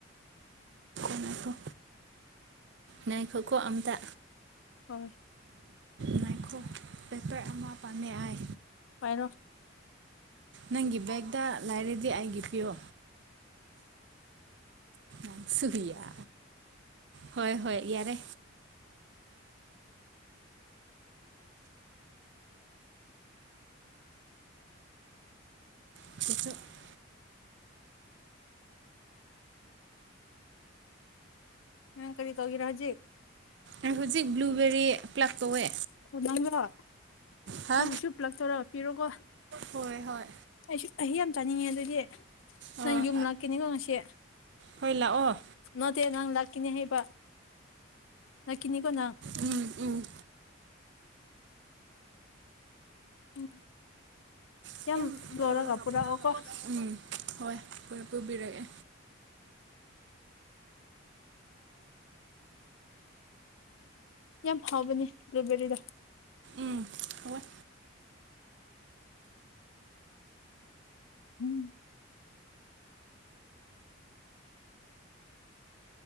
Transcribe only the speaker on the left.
ꯍꯣꯏ
ꯍꯥꯏꯔ‌ꯣ
ꯅꯪ ꯀꯔꯤ ꯇꯧꯏꯔ ꯍꯖꯤꯛ
ꯑꯣ ꯅꯪꯒꯔ
ꯑꯩꯕꯨꯁꯨ ꯄ꯭ꯂꯛ ꯇꯧꯔ ꯄꯤꯔꯣꯀꯣ
ꯑꯩꯁꯨ ꯑꯍꯤ ꯌꯥꯝ ꯆꯥꯅꯤꯡꯉꯦ ꯑꯗꯨꯗꯤ
ꯅꯪ ꯌꯨꯝ ꯂꯥꯛꯀꯅꯤꯉ‌ꯣ ꯉꯁꯤ
ꯅꯇ‌ꯦ ꯅꯪ ꯂꯥꯛꯀꯤꯅꯦ ꯍꯥꯏꯕ ꯂꯀꯤꯅꯤꯀ‌ꯣ ꯅꯪ
<unintelligible>
ꯂꯧꯔꯒ ꯄꯨꯔꯛꯑꯣꯀꯣ
ꯌꯥꯝ ꯐꯥꯎꯕꯅꯦ ꯕ꯭ꯂꯨꯕꯦꯔꯤꯗꯣ
ꯎꯝ